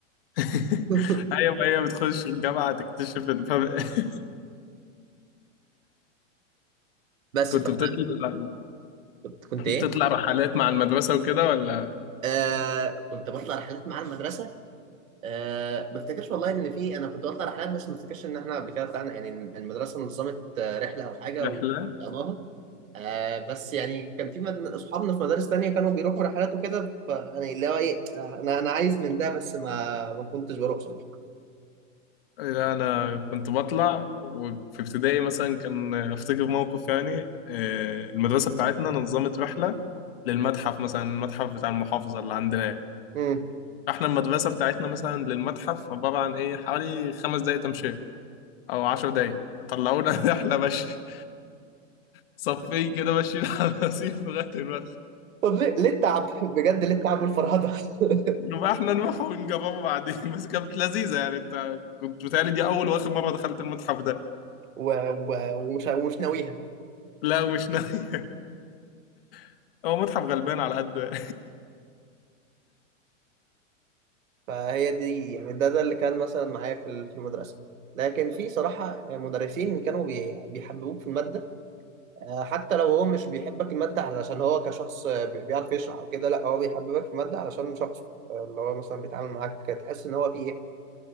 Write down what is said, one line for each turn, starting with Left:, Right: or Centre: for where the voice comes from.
Left: <laughs>
Right: <laughs>
Left: ايوه هي بتخش الجامعه تكتشف الفرق <laughs>
Right: بس
Left: كنت
Right: فانا
Left: بتطلع
Right: كنت كنت ايه
Left: بتطلع رحلات مع المدرسه وكده ولا
Right: آه كنت بطلع رحلات مع المدرسه آه ما افتكرش والله ان في انا كنت بطلع رحلات بس ما افتكرش ان احنا قبل كده طلعنا يعني المدرسه نظمت آه، رحله او حاجه
Left: رحله
Right: وطلعناها آه بس يعني كان في مد... صحابنا في مدارس تانية كانوا بيروحوا رحلات وكده فيعني اللي هو ايه آه، انا انا عايز من ده بس ما ما كنتش بروح بصراحة
Left: لا، انا كنت بطلع وفي ابتدائي مثلا كان افتكر موقف يعني آه، المدرسه بتاعتنا نظمت رحله للمتحف مثلا المتحف بتاع المحافظه اللي عندنا يعني.
Right: امم
Left: احنا المدرسه بتاعتنا مثلا للمتحف عباره عن ايه حوالي خمس دقائق تمشي او عشر دقائق طلعونا <laughs> رحله مشي صفين كده ماشيين على الرصيف لغايه المتحف
Right: طب ليه ليه التعب <laughs> بجد ليه التعب والفرهدة <laughs>
Left: نبقى احنا نروح ونجربه بعدين بس كانت لذيذه يعني انت كنت بتهيألي دي اول واخر مره دخلت المتحف ده
Right: و... و... ومش ومش ناويها
Left: لا مش ناوي <laughs> هو متحف غلبان على قد
Right: <laughs> فهي دي يعني ده ده اللي كان مثلا معايا في ال- في المدرسة لكن في صراحة مدرسين كانوا بي- بيحببوك في المادة آه، حتى لو هو مش بيحبك المادة علشان هو كشخص آه، بي- بيعرف يشرح وكده لا هو بيحببك في المادة علشان شخص آه، اللي هو مثلا بيتعامل معاك تحس ان هو في ايه